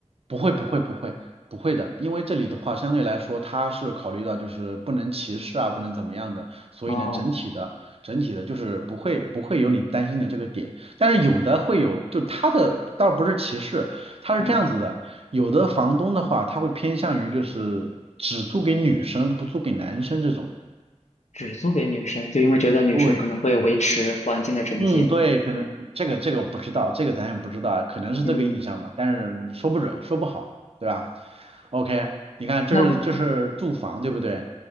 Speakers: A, on the right; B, on the left.
A: 不会，不会，不会，不会的，因为这里的话，相对来说，它是考虑到就是不能歧视啊，不能怎么样的，所以呢，
B: 哦，
A: 整体的，整体的就是不会不会有你担心的这个点，但是有的会有，就它的倒不是歧视，它是这样子的，
B: 嗯，
A: 有的房东的话，他会偏向于就是只租给女生，不租给男生这种。
B: 只租给女生，就因为觉得女生可能会维持环境的整洁。
A: 对。嗯，对，可能这个这个我不知道，这个咱也不知道，可能是这个印象吧，
B: 嗯，
A: 但是说不准，说不好，对吧？OK，你看这是这是住房，
B: 那
A: 对不对？